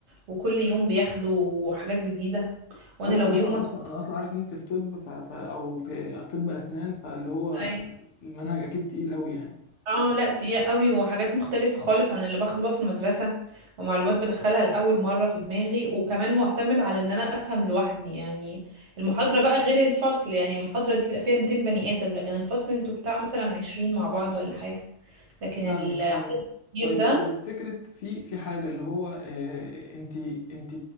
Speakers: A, on the right; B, on the left.
A: وكل يوم بياخدوا حاجات جديدة وانا
B: حلو
A: لو
B: حلو
A: يوم
B: انا اصلا انا اصلا عارف ان انت في طب ف... ف... او في طب اسنان فاللي هو
A: واحد
B: المنهج اكيد تقيل قوي يعني
A: اه لا تقيلة قوي وحاجات مختلفة خالص عن اللي باخده بقى في المدرسة ومعلومات بدخلها لأول مرة في دماغي وكمان معتمد على ان انا افهم لوحدي يعني المحاضرة بقى غير الفصل يعني المحاضرة دي بيبقى فيها 200 بني آدم لكن الفصل انتوا بتاع مثلا 20 مع بعض ولا حاجة لكن
B: فاهمك
A: العدد
B: فاهمك
A: الكبير
B: طيب
A: ده
B: طيب فكرة في في حاجة اللي هو اه انت انت